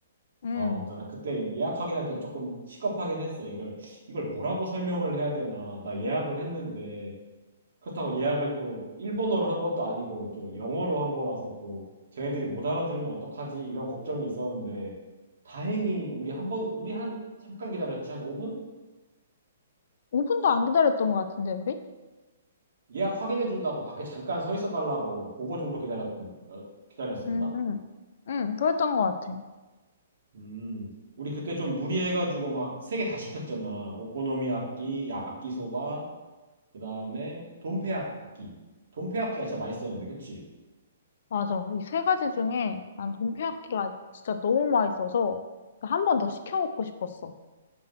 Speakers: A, on the left; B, on the right.
A: 응.
B: 어, 나 그때 예약 확인할 때 조금 시겁하긴 했어. 이걸, 이걸 뭐라고 설명을 해야 되나. 나 예약을 했는데 그렇다고 예약을 또 일본어로 한 것도 아니고 또 영어로 한 거라서 또 쟤네들이 못 알아들으면 어떡하지? 이런 걱정이 있었는데 다행히 우리 한 번, 우리 한 잠깐 기다렸지. 한 5분?
A: 5분도 안 기다렸던 것 같은데, 우리?
B: 예약 확인해 준다고 밖에 잠깐 서 있어 달라고 그거 정도 기다렸던 어, 기다렸었나?
A: 응, 응. 응, 그랬던 것 같아.
B: 음. 우리 그때 좀 무리해 가지고 막 세 개 다 시켰잖아. 오코노미야끼, 야끼소바, 그다음에 돈페야끼. 돈페야끼가 진짜 맛있었는데. 그치?
A: 맞아. 이 세 가지 중에 난 동태야끼가 진짜 너무 맛있어서 한 번 더 시켜 먹고 싶었어.